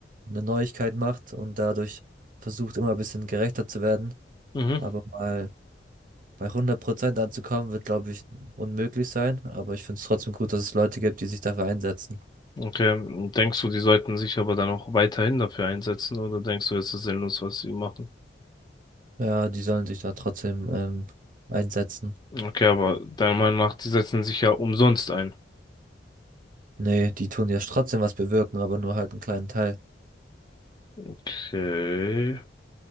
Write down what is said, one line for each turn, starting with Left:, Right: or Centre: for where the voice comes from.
Right: eine Neuigkeit macht und dadurch versucht, immer ein bisschen gerechter zu werden.
Left: Mhm.
Right: Aber mal bei hundert Prozent anzukommen, wird, glaube ich, unmöglich sein. Aber ich finde es trotzdem gut, dass es Leute gibt, die sich dafür einsetzen.
Left: Okay. Denkst du, die sollten sich aber dann auch weiterhin dafür einsetzen oder denkst du, es ist sinnlos, was sie machen?
Right: Ja, die sollen sich da trotzdem ähm, einsetzen.
Left: Okay, aber deiner Meinung nach, die setzen sich ja umsonst ein.
Right: Nee, die tun ja trotzdem was bewirken, aber nur halt einen kleinen Teil.
Left: Okay.